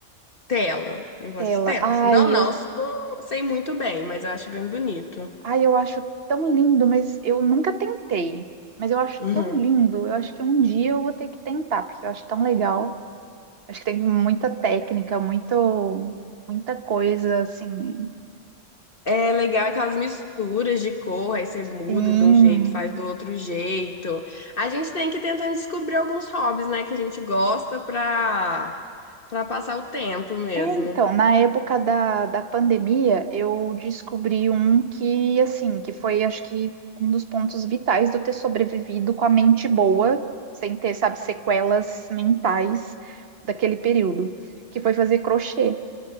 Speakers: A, on the left (about 45°); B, on the right (about 55°).
A: Tela. Eu gosto
B: Tela.
A: de tela.
B: Ai,
A: assim. Não, não,
B: eu,
A: eu sou- sei muito bem, mas eu acho bem bonito.
B: ai, eu acho tão lindo, mas eu nunca tentei. Mas eu acho
A: Uhum.
B: tão lindo. Eu acho que um dia eu vou ter que tentar, porque eu acho tão legal. Acho que tem muita técnica, muito, muita coisa assim
A: É legal aquelas misturas de cor, aí você muda
B: Sim.
A: de um jeito, faz do outro jeito. A gente tem que tentar descobrir alguns hobbies, né, que a gente gosta pra, pra passar o tempo mesmo.
B: É, então, na época da, da pandemia, eu descobri um que, assim, que foi, acho que, um dos pontos vitais do ter sobrevivido com a mente boa, sem ter, sabe, sequelas mentais daquele período, que foi fazer crochê.